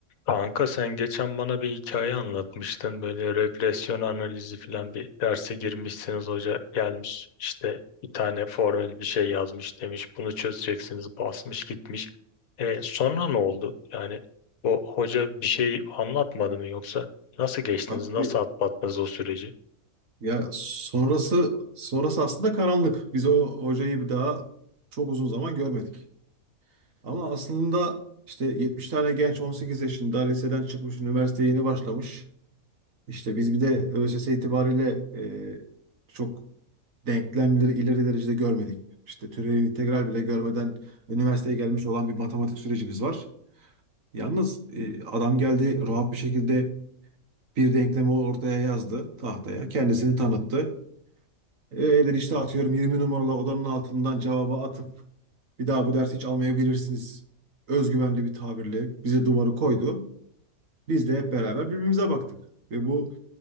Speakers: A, on the left; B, on the right.
A: Kanka sen geçen bana bir hikaye anlatmıştın. Böyle regresyon analizi falan bir derse girmişsiniz. Hoca gelmiş işte bir tane formül bir şey yazmış demiş. Bunu çözeceksiniz basmış gitmiş. E, sonra ne oldu? Yani o hoca bir şey anlatmadı mı yoksa nasıl geçtiniz?
B: Abi
A: Nasıl atlattınız o süreci?
B: ya sonrası sonrası aslında karanlık. Biz o hocayı bir daha çok uzun zaman görmedik. Ama aslında işte 70 tane genç 18 yaşında liseden çıkmış, üniversiteye yeni başlamış. İşte biz bir de ÖSS itibariyle e, çok denklemleri ileri derecede görmedik. İşte türevin integral bile görmeden üniversiteye gelmiş olan bir matematik sürecimiz var. Yalnız e, adam geldi rahat bir şekilde bir denklemi ortaya yazdı tahtaya. Kendisini tanıttı. Eğer işte atıyorum 20 numaralı odanın altından cevabı atıp bir daha bu dersi hiç almayabilirsiniz. Özgüvenli bir tabirle bize duvarı koydu. Biz de hep beraber birbirimize baktık. Ve bu